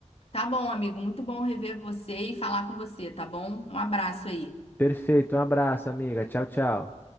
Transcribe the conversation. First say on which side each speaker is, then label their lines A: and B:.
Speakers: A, on the left (about 55°); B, on the left (about 15°).
A: Tá bom, amigo, muito bom rever você e falar com você, tá bom? Um abraço aí.
B: Perfeito, um abraço, amiga. Tchau, tchau.